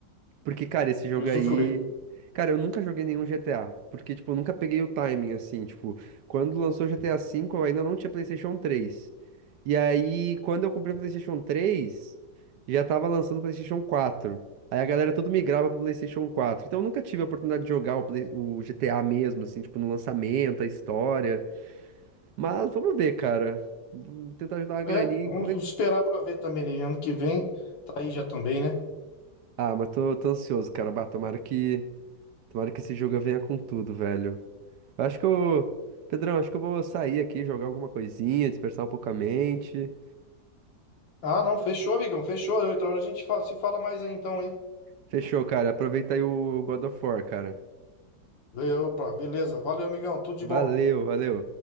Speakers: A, on the right; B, on the left.
A: Porque, cara, esse jogo
B: E usufruir.
A: aí. Cara, eu nunca joguei nenhum GTA. Porque, tipo, eu nunca peguei o timing, assim. Tipo, quando lançou GTA V, eu ainda não tinha PlayStation três E aí, quando eu comprei o PlayStation três já tava lançando o PlayStation quatro Aí a galera tudo migrava pro PlayStation quatro Então eu nunca tive a oportunidade de jogar o, Play- o GTA mesmo, assim, tipo, no lançamento, a história. Mas vamos ver, cara. Vou tentar ajudar a graninha.
B: É, vamos
A: e co-
B: esperar pra ver também, né? Ano que vem tá aí já também, né?
A: Ah, mas tô, tô ansioso, cara. Bah, tomara que. Tomara que esse jogo venha com tudo, velho. Eu Acho que eu. Pedrão, acho que eu vou sair aqui, jogar alguma coisinha, dispersar um pouco a mente.
B: Ah, não, fechou, amigão, fechou. Outra hora a gente fa- se fala mais aí então, hein?
A: Fechou, cara. Aproveita aí o God of War, cara.
B: Be- Opa, beleza. Valeu, amigão, tudo de bom.
A: Valeu, valeu.